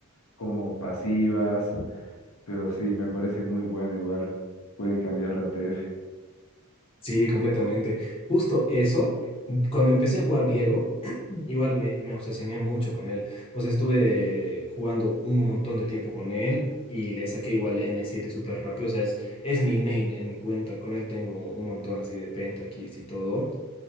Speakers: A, on the left (about 70°); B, on the left (about 25°).
A: cómo pasivas, pero sí, me parece muy bueno igual, puede cambiar la TF.
B: Sí, completamente. Justo eso, cuando empecé a jugar Diego, <clears throat> igual me, me obsesioné mucho con él. O sea, estuve jugando un montón de tiempo con él. Y le saqué igual m siete súper rápido. O sea, es, es mi main en mi cuenta. Con él tengo un montón así de pentakills y todo.